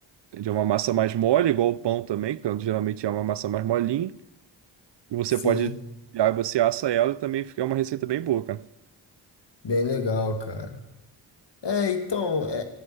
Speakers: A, on the right; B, on the left.
A: de uma massa mais mole, igual o pão também, que geralmente é uma massa mais molinha. E você
B: Sim,
A: pode, aí você assa ela e também fica uma receita bem boa, cara.
B: bem legal, cara. É, então, é,